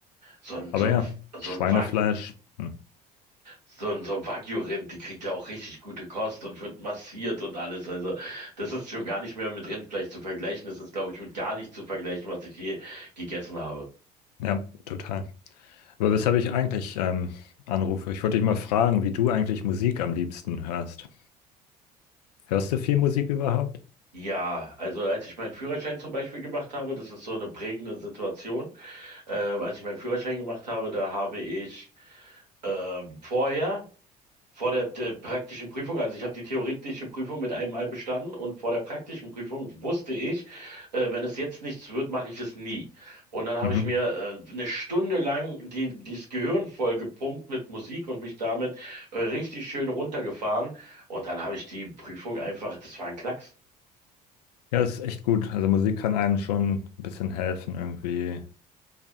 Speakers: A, on the right; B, on the left.
A: so ein,
B: Aber
A: so ein,
B: ja,
A: so
B: Schweinefleisch,
A: ein Wag
B: hm,
A: So ein so Wagyu-Rind, die kriegt ja auch richtig gute Kost und wird massiert und alles. Also das ist schon gar nicht mehr mit Rindfleisch zu vergleichen. Das ist, glaube ich, mit gar nicht zu vergleichen, was ich je gegessen habe.
B: ja, total. Aber weshalb ich eigentlich ähm, anrufe, ich wollte dich mal fragen, wie du eigentlich Musik am liebsten hörst. Hörst du viel Musik überhaupt?
A: Ja, also als ich meinen Führerschein zum Beispiel gemacht habe, das ist so eine prägende Situation. Ähm, als ich meinen Führerschein gemacht habe, da habe ich ähm, vorher vor der, der praktischen Prüfung, also ich habe die theoretische Prüfung mit einem Mal bestanden und vor der praktischen Prüfung wusste ich, äh, wenn es jetzt nichts wird, mache ich es nie. Und dann habe
B: Mhm.
A: ich mir äh, eine Stunde lang die, dieses Gehirn voll gepumpt mit Musik und mich damit äh, richtig schön runtergefahren. Und dann habe ich die Prüfung einfach, das war ein Klacks.
B: Ja, das ist echt gut. Also Musik kann einem schon ein bisschen helfen, irgendwie